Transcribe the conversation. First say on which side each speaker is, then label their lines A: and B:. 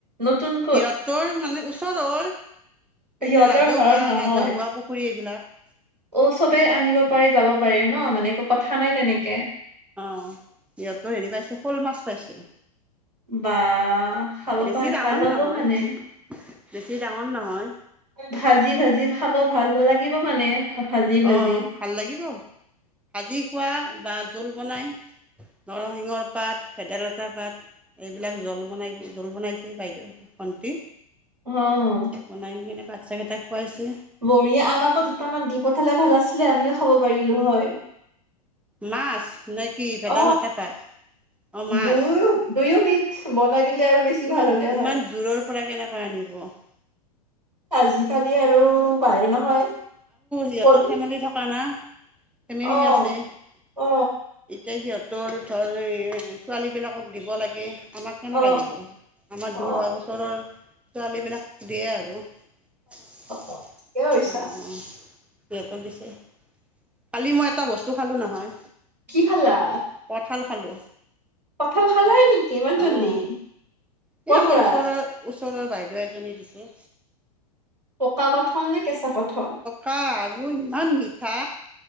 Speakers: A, on the right (about 85°); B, in the centre.
A: নতুন
B: সিহঁতৰ মানে ওচৰৰ
A: সিহঁতৰ
B: এইটো ৰাজহুৱা
A: ঘৰত নহয়।
B: ৰাজহুৱা পুখুৰী এইবিলাক
A: অ চবে আনিব পাৰে যাব পাৰে ন মানে একো কথা নাই তেনেকে।
B: অ সিহঁতো হেৰি পাইছে শ'ল মাছ পাইছে।
A: বা খাব
B: বেছি
A: পাৰ
B: ডাঙৰ
A: ভাল হব
B: নহয়
A: মানে।
B: বেছি ডাঙৰ নহয়।
A: ভাজি ভাজি খাব ভাল ন লাগিব মানে। ভা- ভাজি ভাজি।
B: অ' ভাল লাগিব ভাজি খোৱা বা জোল বনাই। নৰসিংহৰ পাত ভেদাইতা পাত। এইবিলাক জল বনাই জোল বনাইছে বাইদেউ ভন্তি
A: অ'
B: বনাই কিনে বাচ্ছা কেইটাক খুৱাইছে
A: বৰিীয়ে আমাকো দুটামান দি পঠালে ভাল আছিলে আমিও খাব পাৰিলো হয়।
B: মাছ নে কি ভেদাইলতা
A: অ
B: পাত অঁ মাছ
A: দুয়ো দুয়ো বিধ বনাই দিলে আৰু বেছি
B: ইমান
A: ভাল হলে
B: ইমান
A: হয়
B: দূৰৰ পৰা কেনেকৈ আনিব। অ আৰু
A: আজিকালি আৰু পাৰে নহয়
B: সিহঁতৰ
A: কলো
B: ফেমিলি থকা না। ফেমিলি
A: অ
B: আছে। এতিয়া
A: অ
B: সিহঁতৰ ধৰ ছোৱালীবিলাকক দিব লাগে আমাক কেনেকৈ
A: অ অ
B: দিব। আমাৰ
A: অ
B: দূৰ হয় ওচৰৰ ছোৱালীবিলাক দিয়ে আৰু। অ সিহঁতৰ
A: অ ঠিকে কৈছা
B: দিছে কালি মই এটা বস্তু খালো নহয়!
A: কি খালা?
B: কঁঠাল খালোঁ।
A: কঁঠাল খালে নেকি ইমান জল্দি,
B: অঁ এই
A: ক'ৰ
B: আমাৰ
A: পৰা
B: ওচৰৰ ওচৰৰ বাইদেউ এজনী দিছে।
A: পকা কঠাল নে কেঁচা কঠাল।
B: কাহ আৰু ইমান মিঠা।